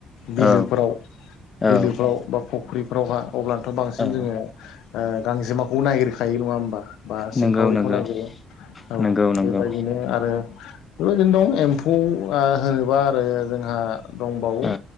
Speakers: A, on the left (about 80°); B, on the left (about 40°).
A: बिलोफोराव
B: औ
A: बिलोफ्राव
B: औ
A: बा फुख्रिफ्रावहा अब्लानोथ' बांसिन
B: औ
A: जोङो ओ गांजेमाखौ नायगिरखायो नङा होमबा। बा
B: नंगौ
A: सिंखावरिखौ
B: नंगौ
A: नायगिरो औ
B: नंगौ नंगौ
A: बेबायदिनो आरो बेबायदिनो दं एम्फौ ओ होनोबा आरो जोंहा दंबावो
B: औ